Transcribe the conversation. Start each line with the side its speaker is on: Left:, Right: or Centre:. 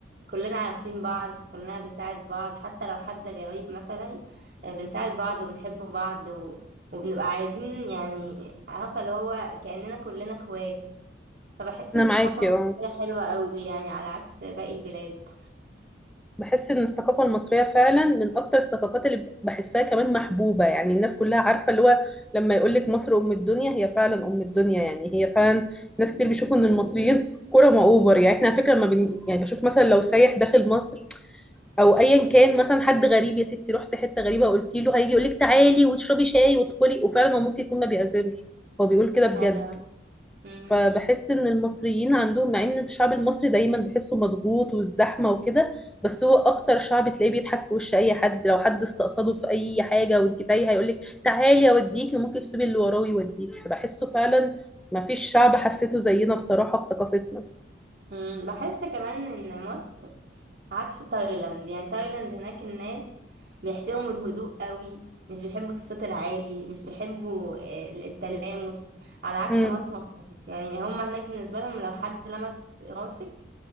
Right: كلنا عارفين بعض كلنا بنساعد بعض حتى لو حد غريب مثلا آه، بنساعد بعض وبنحب بعض و... وبنبقى عايزين يعني عارفة اللي هو كأننا كلنا اخوات فبحس
Centre: انا
Right: إن الثقافة
Centre: معاكي
Right: المصرية
Centre: اه
Right: حلوة أوي يعني على عكس باقي البلاد
Centre: بحس ان الثقافه المصريه فعلا من اكتر الثقافات اللي بحسها كمان محبوبه يعني الناس كلها عارفه اللي هو لما يقول لك مصر ام الدنيا هي فعلا ام الدنيا يعني هي فعلا ناس كتير بيشوفوا ان المصريين كرماء اوفر يعني احنا على فكره لما بن... يعني بشوف مثلا لو سايح داخل مصر او ايا كان مثلا حد غريب يا ستي رحت حته غريبه قلت له هيجي يقول لك تعالي واشربي شاي وادخلي وفعلا هو ممكن يكون ما بيعزمش هو بيقول كده بجد
Right: آه، مم.
Centre: فبحس ان المصريين عندهم مع ان الشعب المصري دايما بحسه مضغوط والزحمه وكده بس هو اكتر شعب تلاقيه بيضحك في وش اي حد لو حد استقصده في اي حاجه وانت تايه هيقول لك تعالي اوديكي ممكن تسيبي اللي وراه ويوديكي فبحسه فعلا ما فيش شعب حسيته زينا بصراحه في ثقافتنا
Right: مم. بحس كمان إن مصر عكس تايلاند يعني تايلاند هناك الناس بيحترموا الهدوء قوي مش بيحبوا الصوت العالي مش بيحبوا ال- التلامس على عكس
Centre: امم
Right: مصر خالص يعني هم هناك بالنسبة لهم لو حد لمس راسك